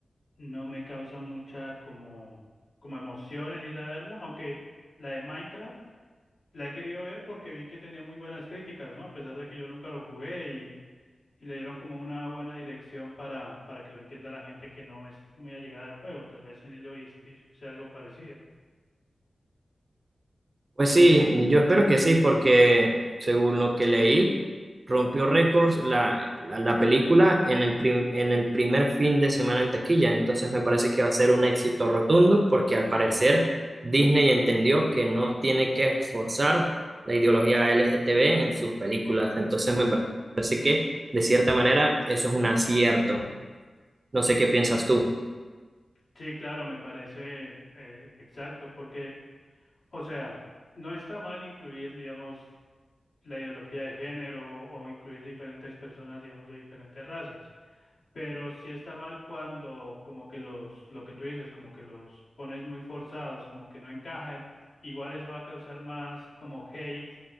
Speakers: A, on the left; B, on the right.
A: no me causa mucha como, como emoción el ir a verla, aunque la de Minecraft la he querido ver porque vi que tenía muy buenas críticas, ¿no? A pesar de que yo nunca lo jugué y, y le dieron como una buena dirección para, para que lo entienda la gente que no es muy allegada al juego, tal vez en Lilo y Stitch sea algo parecido.
B: Pues sí, yo espero que sí, porque según lo que leí, rompió récords la, la, la película en el, prim- en el primer fin de semana en taquilla. Entonces me parece que va a ser un éxito rotundo, porque al parecer Disney entendió que no tiene que forzar la ideología LGTB en sus películas. Entonces me parece que, de cierta manera, eso es un acierto. No sé qué piensas tú.
A: Sí, claro, me parece eh, exacto, porque O sea, no está mal incluir, digamos, la ideología de género o incluir diferentes personas, digamos, de diferentes razas, pero sí está mal cuando como que los, lo que tú dices, como que los pones muy forzados, como que no encaja, igual eso va a causar más como hate